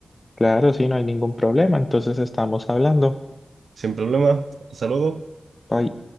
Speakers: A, on the left; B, on the right.
A: Claro, sí, no hay ningún problema, entonces estamos hablando.
B: sin problema. Hasta luego.
A: Bye.